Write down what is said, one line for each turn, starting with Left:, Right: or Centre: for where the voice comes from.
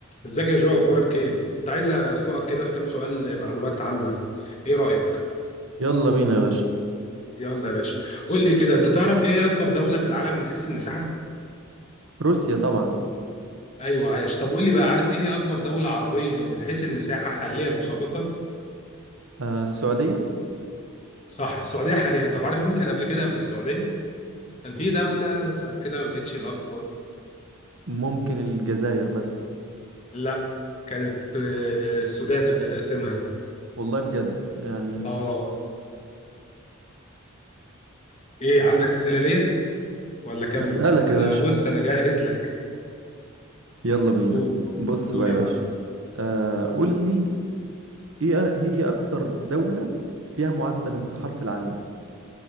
Left: ازيك يا جو اخبارك ايه كنت عايز ازنقك كده في كام سؤال معلومات عامه ايه رايك
Right: يلا بينا يا باشا
Left: يلا يا باشا قول لي كده انت تعرف ايه اكبر دوله في العالم من حيث المساحه
Right: روسيا طبعا
Left: ايوه عايش طب قول لي بقى عارف ايه اكبر دوله عربيه من حيث المساحه حاليا وسابقا
Right: آه السعودية
Left: صح السعوديه حاليا طب عارف مين كان قبل كده قبل السعوديه كان في دوله بس بعد كده ما بقتش الاكبر
Right: ممكن الجزائر مثلا
Left: لا كانت آه، السودان قبل تقسيمها
Right: والله بجد يعني
Left: اه ايه عندك اسئله ليا ولا كمل
Right: أسألك
Left: انا
Right: يا باشا
Left: بص انا جاهز لك
Right: يلا بينا
Left: قول
Right: بص
Left: قول
Right: بقى
Left: يا
Right: يا
Left: معلم
Right: باشا آه قول لي ايه هي أكتر دولة فيها معدل انتحار في العالم